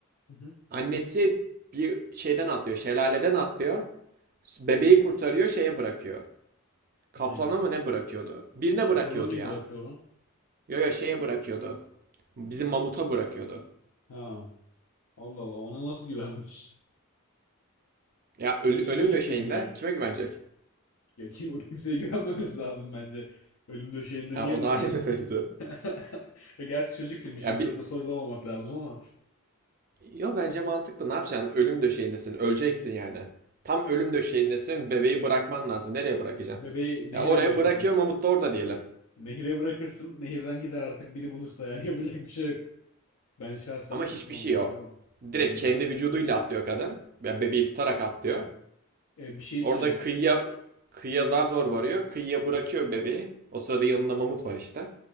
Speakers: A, on the left (about 80°); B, on the right (about 40°).
A: Hı hı.
B: Annesi bir şeyden atlıyor, şelaleden atlıyor. Bebeği kurtarıyor, şeye bırakıyor. Kaplana
A: Ne ya?
B: mı ne bırakıyordu? Birine
A: Kaplanı
B: bırakıyordu
A: niye
B: ya.
A: bırakıyor lan?
B: Yo yo şeye bırakıyordu. Bizim mamuta bırakıyordu.
A: Ha. Allah Allah. Ona nasıl güvenmiş? <laughs>
B: Ya öl-
A: İşte şu
B: ölüm
A: çocuk
B: döşeğinde
A: filmi gel.
B: kime güvenecek?
A: Ya kim, o kimseye güvenmemesi lazım bence. Ölüm döşeğinde
B: Ya,
A: niye
B: o
A: Mahmut'a...
B: da <laughs> ayrı mevzu.
A: <laughs> Ya gerçi çocuk filmi şimdi
B: Ya bir
A: çok da sorgulamamak lazım ama
B: Yo bence mantıklı. Ne yapacaksın? Ölüm döşeğindesin. Öleceksin yani. Tam ölüm döşeğindesin. Bebeği bırakman lazım. Nereye bırakacaksın?
A: bebeği nehire
B: Ya oraya
A: bırakırsın.
B: bırakıyor Mamut da orada diyelim.
A: Nehire bırakırsın. Nehirden gider artık biri bulursa yani <laughs> yapacak bir şey yok. Ben şahsen
B: Ama
A: Mahmut'a
B: hiçbir şey yok.
A: bırakamam.
B: Direkt
A: Hmm.
B: kendi vücuduyla atlıyor kadın. Ya bebeği tutarak atlıyor.
A: E, bir şey
B: Orada
A: diyeceğim.
B: kıyıya kıyıya zar zor varıyor. Kıyıya bırakıyor bebeği. O sırada yanında mamut var işte.